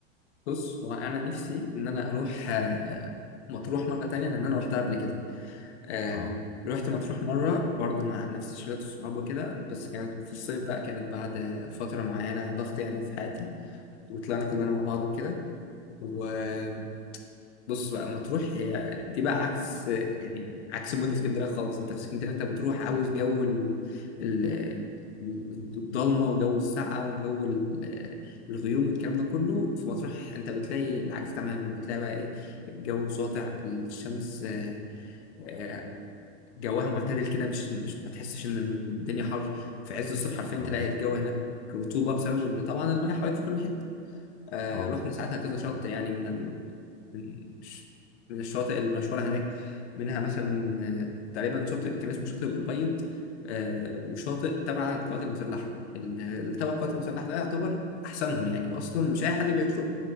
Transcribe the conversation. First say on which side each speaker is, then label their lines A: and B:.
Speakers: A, on the left; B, on the left.
A: بص هو انا نفسي ان انا اروح آه، مطروح مره تانية لان انا روحتها قبل كده آه،
B: اه
A: روحت مطروح مره برضو مع نفس شلة الصحاب وكده بس كانت في الصيف بقى كانت بعد فتره معينه ضغط يعني في حياتي وطلعنا كلنا مع بعض وكده بص بقى مطروح هي دي بقى عكس يعني عكس مود اسكندريه خالص انت في اسكندريه انت بتروح عاوز جو ال- ال- الضلمه وجو السقعه وجو ال- الغيوم والكلام ده كله في مطروح انت بتلاقي العكس تماما بتلاقي بقى ايه الجو ساطع الشمس آه، آه، جوها معتدل كده مش مش ما تحسش ان الدنيا حر في عز الصيف حرفيا
B: اه
A: تلاقي الجو هناك رطوبه بسبب ان طبعا المياه حواليك في كل حته آه،
B: اه
A: رحنا ساعتها كذا شط يعني من من الش- من الشواطئ المشهورة هناك منها مثلا آه، تقريبا شاطئ كان اسمه شاطئ الأبيض آه، وشاطئ تبع القوات المسلحة ال- اللي تبع القوات المسلحة ده يعتبر أحسنهم يعني أصلا مش أي حد بيدخله